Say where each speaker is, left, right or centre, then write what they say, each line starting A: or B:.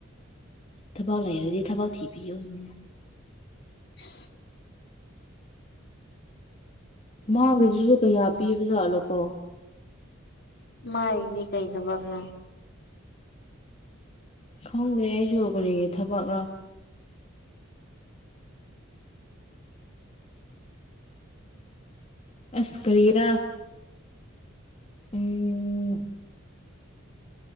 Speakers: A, on the left; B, on the left.
A: ꯊꯕꯛ ꯂꯩꯔꯥꯗꯤ ꯊꯕꯛ ꯊꯤꯕꯤꯌꯣꯅꯦ
B: ꯎ
A: ꯃꯥꯒꯗꯨꯁꯨ ꯀꯌꯥ ꯄꯤꯕꯖꯥꯠꯂꯣꯀꯣ
B: ꯃꯥꯥꯏꯗꯤ ꯀꯩ ꯊꯕꯛꯅꯣ
A: ꯈꯪꯗꯦ ꯑꯩꯁꯨ ꯀꯔꯤꯒꯤ ꯊꯕꯛꯔ ꯑꯁ ꯀꯔꯤꯔꯥ ꯎꯝ